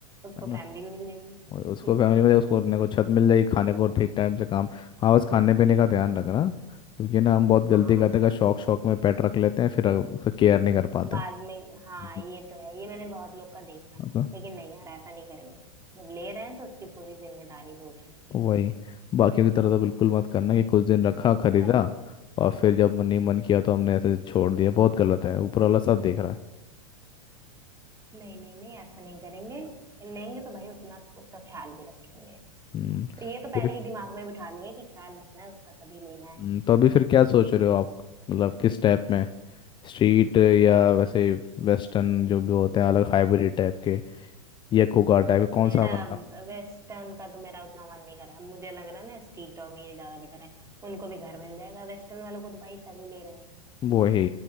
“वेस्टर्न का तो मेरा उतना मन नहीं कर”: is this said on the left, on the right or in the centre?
Right